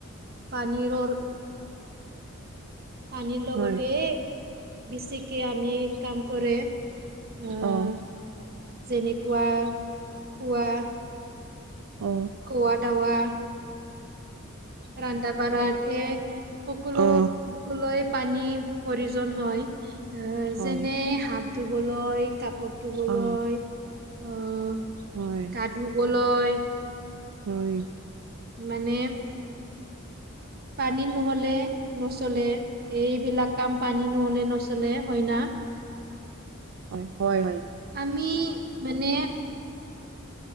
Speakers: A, on the right; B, on the right.
A: পানীৰৰ পানীৰ লগতে
B: হয়
A: বেচিকে আমি কাম কৰে। আহ
B: অ
A: যেনেকুৱা খোৱা
B: অ।
A: খোৱা দুৱা। ৰন্ধা বঢ়া এ সকলো।
B: অ
A: লৈ পানীৰ প্ৰয়োজন হয়।
B: হয়
A: যেনে- ধুবলৈ কাপোৰ ধুবলৈ
B: অ
A: আহ
B: হয়
A: গা ধুবলৈ। বলৈ
B: হয়।
A: মানে পানী নহ'লে নচলে এইবিলাক কাম পানী নহ'লে নচলে হয় ন।
B: হয় হয় হয়।
A: আমি মানে